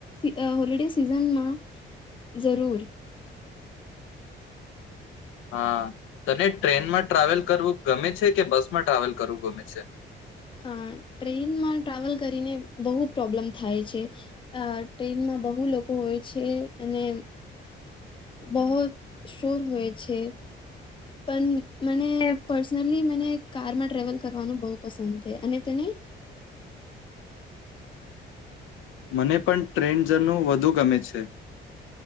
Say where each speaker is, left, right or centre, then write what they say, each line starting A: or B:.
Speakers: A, on the left; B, on the left.
A: મોસમમાં ખાસ જરૂર
B: હા તને ટ્રેનમાં ટ મુસાફરી કરવું ગમે છે, કે બસમાં મુસાફરી કરવું ગમે છે.
A: અ ટ્રેનમાં મુસાફરી કરીને બહુ સમસ્યા થાય છે અ ટ્રેનમાં બ બુ લોકો હોય છે, અને બહોત શોર હોય છે. પણ મને પર્સનલી મને કારમાં ટ્રવલ કરવાનું બહુ પસંદ છે અને તેને
B: મને પણ ટ્રેન્ડઝનું વધુ ગમે છે.